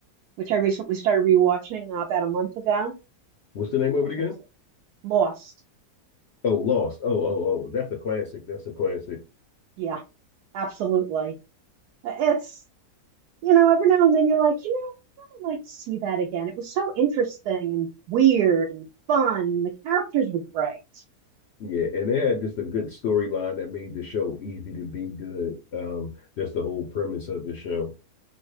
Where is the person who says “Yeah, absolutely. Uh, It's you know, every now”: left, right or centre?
Right